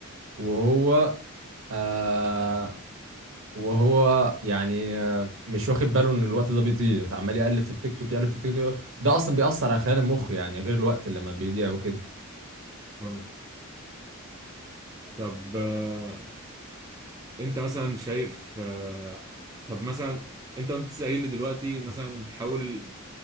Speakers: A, on the right; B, on the right.
A: وهو آه وهو يعني آه، مش واخد باله ان الوقت ده بيطير عمال يقلب في التيك توك يقلب في التيك توك ده اصلا بيأثر على خلايا المخ يعني غير الوقت اللي لما بيضيع وكده
B: مم. طب آه، انت مثلا شايف آه، طب مثلا انت قمت لي دلوقتي مثلا حاول